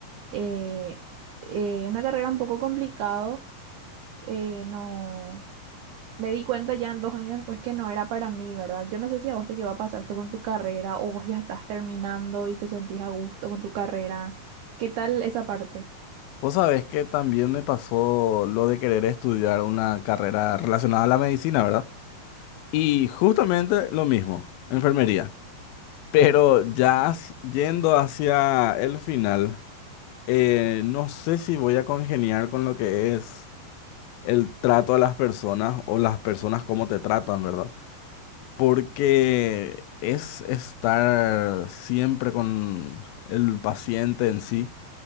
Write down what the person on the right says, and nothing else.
Eh, eh, una carrera un poco complicado, eh, no, me di cuenta ya dos años después que no era para mí, ¿verdad? Yo no sé si a vos te llevó a pasar esto con tu carrera o vos ya estás terminando y te sentís a gusto con tu carrera. ¿Qué tal esa parte?